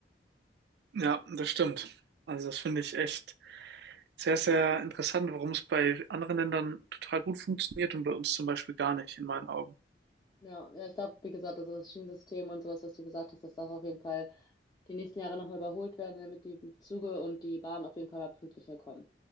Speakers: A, on the right; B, on the left.
A: Ja, das stimmt. Also das finde ich echt sehr, sehr interessant, warum es bei anderen Ländern total gut funktioniert und bei uns zum Beispiel gar nicht, in meinen Augen.
B: Ja, ja, ich glaube, wie gesagt, also das Schienensystem und sowas, was du gesagt hast, das darf auf jeden Fall die nächsten Jahre nochmal überholt werden, damit die Züge und die Bahn auf jeden Fall mal pünktlicher kommen.